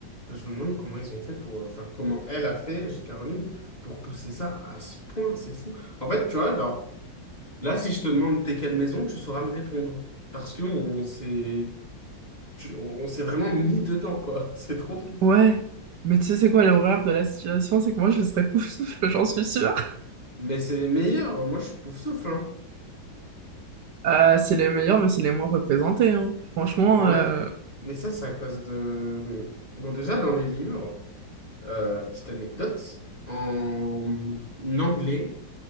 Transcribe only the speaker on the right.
Ouais. Mais tu sais, c'est quoi l'horreur de la situation? C'est que moi, je serais Poufsouffle, <laughs> j'en suis sûre.
Euh, c'est les meilleurs, mais c'est les moins représentés, hein. Franchement,
euh,